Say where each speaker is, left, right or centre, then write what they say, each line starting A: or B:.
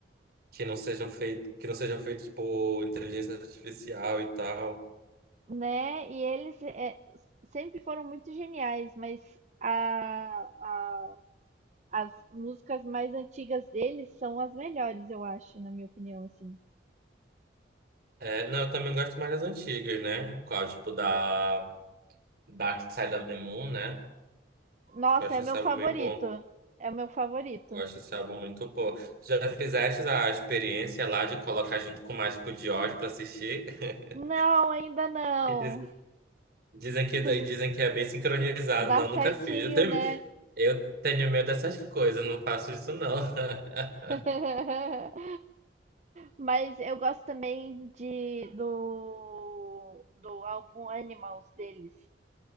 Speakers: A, on the right (about 55°); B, on the right (about 40°).
A: que não sejam feitas, que não sejam feitas por inteligência artificial e tal.
B: Né, e eles, eh, sempre foram muito geniais, mas a a as músicas mais antigas deles são as melhores, eu acho, na minha opinião, assim.
A: É, não, eu também gosto mais das antigas, né? Qual, tipo da Dark Side of the Moon, né?
B: Nossa,
A: Eu acho
B: é o
A: esse
B: meu
A: álbum
B: favorito,
A: bem bom.
B: é o meu favorito.
A: Eu acho esse álbum muito bom. Já fizeste a experiência lá de colocar junto com o Mágico de Oz pra assistir? <laughs>
B: Não, ainda não.
A: E Dizem que,
B: Você
A: dizem que é bem sincronizado.
B: dá
A: Não,
B: certinho,
A: nunca fiz. Eu tenho,
B: né.
A: eu tenho medo dessas coisas, não faço isso não. <laughs>
B: <laughs> Mas eu gosto também de do do álbum Animals deles,